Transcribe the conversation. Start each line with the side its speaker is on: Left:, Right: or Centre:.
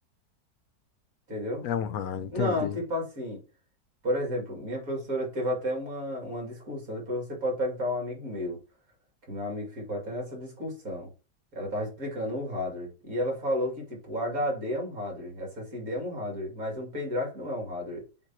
Right: entendeu?
Left: É um hardware, entendi.
Right: Não, tipo assim, por exemplo, minha professora teve até uma, uma discussão, depois você pode perguntar a um amigo meu. Que meu amigo ficou até nessa discussão. Ela tava explicando o hardware. E ela falou que, tipo, o HD é um hardware, SSD é um hardware, mas um pendrive não é um hardware.